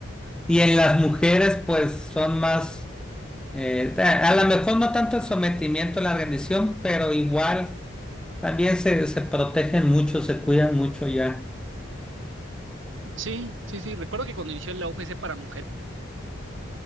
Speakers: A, in the centre; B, on the right (about 70°).
A: Y en las mujeres, pues son más, eh, a a lo mejor no tanto el sometimiento, la rendición, pero igual también se, se protegen mucho, se cuidan mucho ya.
B: Sí, sí, sí. Recuerdo que cuando inició la UFC para mujeres,